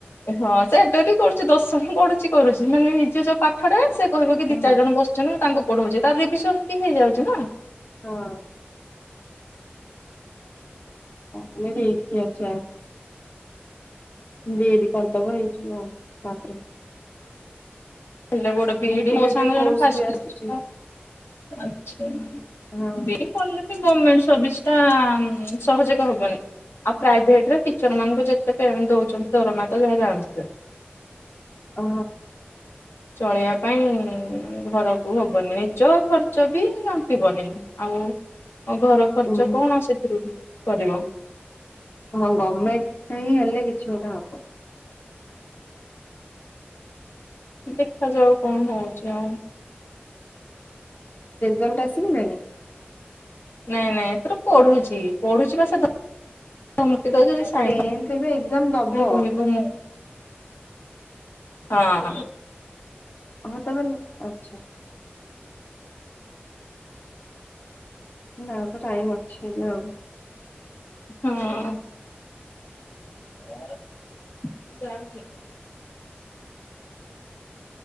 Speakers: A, on the left (about 80°); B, on the left (about 50°).
A: ହଁ ସେ ଏବି କରୁଚି ଦଶମପଡୁଚି କରୁଚି। ମାନେ ନିଜ ଯୋଉ ପାଠଟା ସେ କହିବ କି
B: ହଁ
A: ଦି ଚାରି ଜଣ ବସୁଚନ୍ତି ନା ତାଙ୍କୁ ପଢଉଚି ତାର ରିଭିଜନ ବି ହେଇଯାଉଚି ନା।
B: ହଁ। <unintelligible> ବିଡି କରିଦବ ହେଇ ଯିବ ଆଉ ତାପରେ।
A: <unintelligible> ବିଡ଼ି
B: ଇଣ୍ଟିଗ୍ରେଟେଡ
A: ମୋ ସାଙ୍ଗ ଜଣେ
B: କୋର୍ସ
A: ଫାଷ୍ଟ
B: ବି ଆସୁଛି
A: ଆଚ୍ଛା <unintelligible>
B: ହଁ
A: ଗମେଣ୍ଟ ସର୍ଭିସ୍ ଟା ସହଜୋଗ ହବନି ଆଉ ପ୍ରାଇଭେଟରେ ଟିଚର ମାନଙ୍କୁ ଯେତେ ପେମେଣ୍ଟ ଦେଉଛନ୍ତି ଦରମା ତ ଯାହା ଜାଣୁଥୁବେ।
B: ହଁ।
A: ଚଳେଇବା ପାଇଁ ଘରକୁ ହବନି ନିଜ ଖର୍ଚ୍ଚ ବି ଅଣ୍ଟିବନି ଆଉ। ଆଉ ଘର ଖର୍ଚ୍ଚ
B: ଉଁ
A: କଣ ସେଥିରୁ। କରିବ?
B: ହଁ ଗର୍ମେଣ୍ଟ ପାଇଁ ହେଲେ କିଛି ଗୋଟେ ହବ।
A: ଦେଖାଯାଉ କଣ ହଉଚି ଆଉ।
B: ରେଜଲ୍ଟ ଆସିଗଲାଣି?
A: ନାଇଁ ନାଇଁ ଏଥିରୁ ପଢୁଛି ପଢୁଛି ବା ସେ ଧମକି ଦଉଛି ଯଦି ସାଇନ୍ସ
B: ଟେନ୍ଥ ଏବେ ଏକ୍ଜାମ ଦବ।
A: ନାଇଁ କହିବ ମୁଁ ହଁ।
B: ହଁ। ତମେ ଆଚ୍ଛା। ନା ତ ଟାଇମ ଅଛି ଏବେ ଆଉ।
A: ହଁ। <unintelligible>